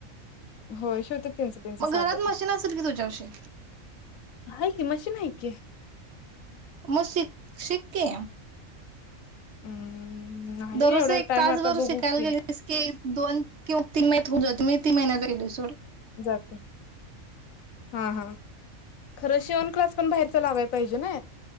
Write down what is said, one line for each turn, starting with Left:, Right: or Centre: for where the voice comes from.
Left: होयं शिवत्यात. त्यांचं त्यांचं
Right: मग
Left: साधं
Right: घरात मशीन असेल की तुझ्यापाशी
Left: हाय की मशीन हाय की.
Right: मग शिक शिक की
Left: अम्म नाही
Right: दररोज
Left: एवढा
Right: एक
Left: टाइम
Right: तासभर
Left: आता बघू
Right: शिकायला
Left: की
Right: गेलीस की दोन किंवा तीन महिन्यात होऊन जात. मी किती महिन्यात घरी गेली सर?
Left: जात. हा! हा! खरं, शिवन क्लास पण बाहेरचा लावायला पाहिजे ना.